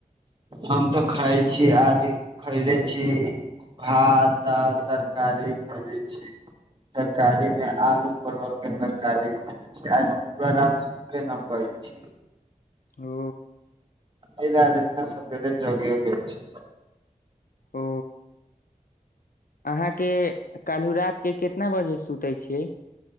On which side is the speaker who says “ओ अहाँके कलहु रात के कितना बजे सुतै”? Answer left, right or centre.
Left